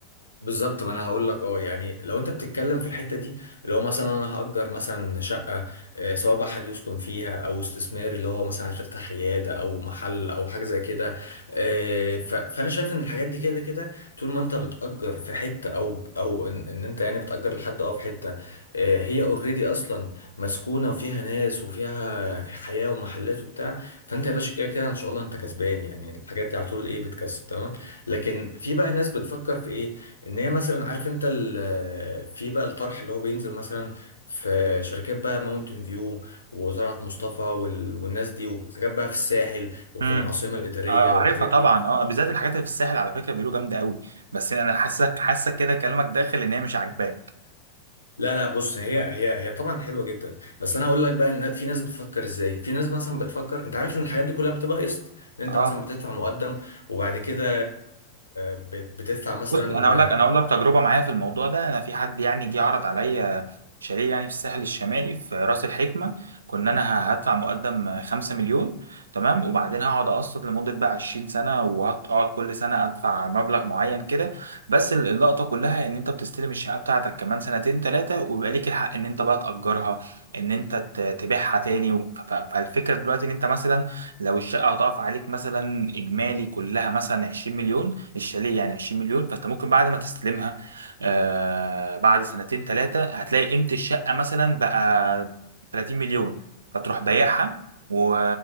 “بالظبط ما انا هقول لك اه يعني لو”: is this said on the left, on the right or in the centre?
Left